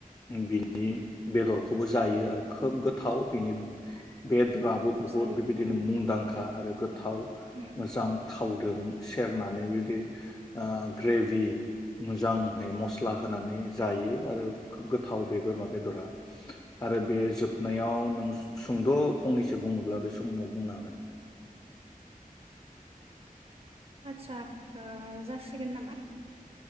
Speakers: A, on the left; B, on the right.
A: बिनि बेदरखौबो जायो आरो खोब गो थाव बेनि बेदराबो बुहुत
B: जायो
A: बेबायदिनो मुंदां खा आरो गोथ थाव
B: उम
A: मोजां
B: उम
A: थाव गोम सेरनानै बिदि ओ ग्रेभ बि मोजांहै मस्ला होनानै जायो आरो खोब गोथाव बे बोरमा बेदरा आरो बे जोब नायाव नों सुंद' फंनैसो बुंनोब्ला बे समाव बुंनो हागोन
B: आदसा ओ जासिगोन नामा?